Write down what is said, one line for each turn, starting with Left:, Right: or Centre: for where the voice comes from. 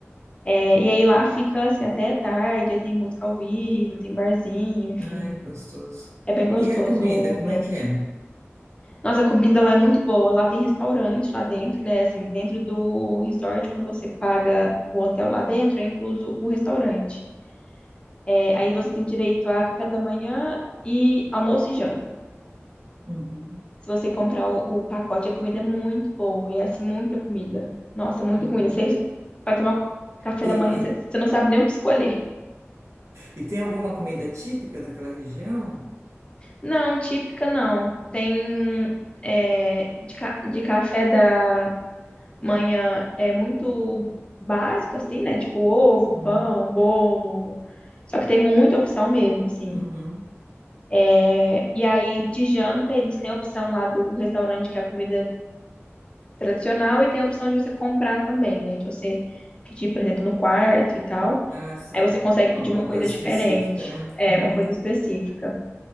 Left: É, e aí lá fica assim até tarde, aí tem música ao vivo, tem barzinho, enfim.
Right: Ai, que gostoso.
Left: É bem gostoso
Right: E a comida,
Left: o ambiente.
Right: como é que é?
Left: Nossa, a comida lá é muito boa. Lá tem restaurante lá dentro, né? Assim, dentro do resort, quando você paga o hotel lá dentro, é incluso o restaurante. É, aí você tem direito a café da manhã e almoço e janta.
Right: Uhum,
Left: Se você comprar o, o pacote, a comida é muito boa. E é assim, muita comida. Nossa, muita
Right: uhum.
Left: comida. Você vai tomar café
Right: E,
Left: da manhã,
Right: e,
Left: você você não sabe nem o que escolher.
Right: e tem alguma comida típica daquela região?
Left: Não, típica não. Tem é, de, ca- de café da manhã é muito básico, assim, né? Tipo ovo,
Right: Uhum,
Left: pão, bolo. Só que tem muita opção mesmo, assim.
Right: uhum.
Left: É, e aí, de janta, eles têm a opção lá do restaurante, que é a comida tradicional, e tem a opção de você comprar também, né? De você pedir, por exemplo, no quarto e tal.
Right: Ah, sei.
Left: Aí você consegue pedir
Right: Alguma
Left: uma coisa
Right: coisa
Left: diferente,
Right: específica, né?
Left: é
Right: Uhum.
Left: uma coisa específica.